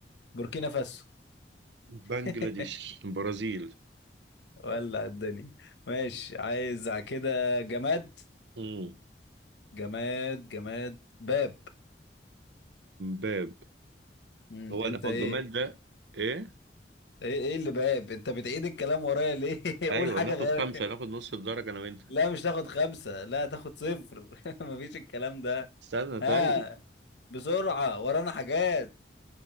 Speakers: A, on the left; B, on the right.
A: بوركينا فاسو
B: بنجلاديش
A: <laughs>
B: برازيل
A: ولع الدنيا ماشي عايز على كده جماد
B: مم.
A: جماد جماد باب
B: باب
A: مم.
B: هو
A: انت
B: هو
A: ايه
B: الجماد ده ايه
A: ايه ايه اللي باب انت بتعيد الكلام ورايا ليه <laughs>
B: ايوه
A: قول حاجة
B: ناخد
A: غير
B: خمسه ناخد نص الدرجه انا وانت
A: لا مش تاخد خمسة لا تاخد صفر <laughs> مفيش الكلام ده
B: استنى طيب
A: ها بسرعة ورانا حاجات